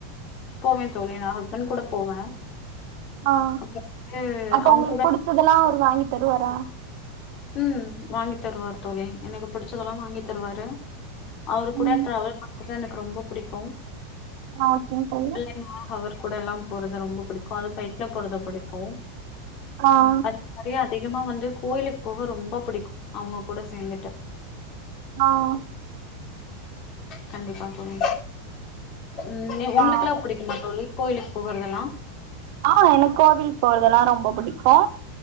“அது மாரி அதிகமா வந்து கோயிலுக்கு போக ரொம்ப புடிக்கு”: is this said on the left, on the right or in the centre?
Left